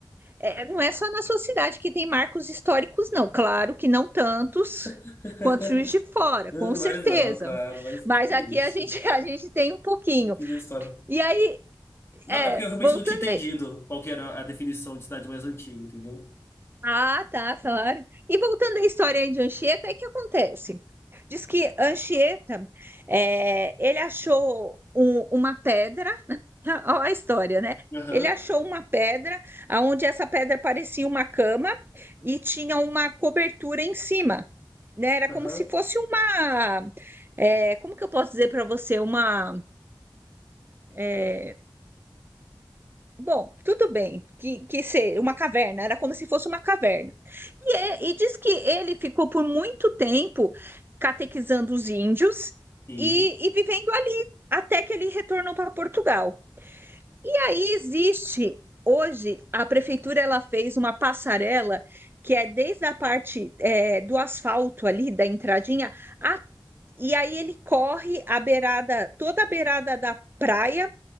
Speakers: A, on the right; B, on the left.
A: é, não é só na sua cidade que tem marcos históricos, não. Claro que não tantos
B: <laughs>
A: quanto Juiz de Fora,
B: Ah,
A: com
B: Mas
A: certeza.
B: não, claro, mas
A: Mas
B: que isso.
A: aqui a gente, <laughs> a gente tem um pouquinho.
B: Que da história.
A: E aí,
B: Não,
A: é,
B: é porque eu realmente
A: voltando
B: não tinha entendido qual que era a definição de cidade mais antiga, entendeu?
A: Ah, tá, claro. E voltando à história aí de Anchieta, aí o que acontece? Diz que Anchieta, é, ele achou um- uma pedra, <laughs> olha a história, né?
B: Aham,
A: Ele achou uma pedra, aonde essa pedra parecia uma cama e tinha uma cobertura em cima, né? Era
B: aham.
A: como se fosse uma, é, como que eu posso dizer para você, uma eh, Bom, tudo bem que, que ser uma caverna, era como se fosse uma caverna. E, é- e diz que ele ficou por muito tempo catequizando os índios
B: Sim.
A: e, e vivendo ali, até que ele retornou para Portugal. E aí existe, hoje, a prefeitura ela fez uma passarela que é desde a parte é, do asfalto ali, da entradinha, a- e aí ele corre a beirada, toda a beirada da praia,